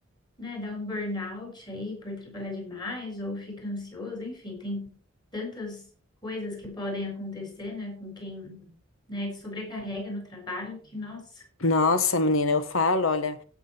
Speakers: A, on the left; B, on the left.
A: né, dá um burnout aí por trabalhar demais ou fica ansioso, enfim, tem tantas coisas que podem acontecer, né, com quem, né, se sobrecarrega no trabalho que, nossa,
B: Nossa, menina, eu falo, olha.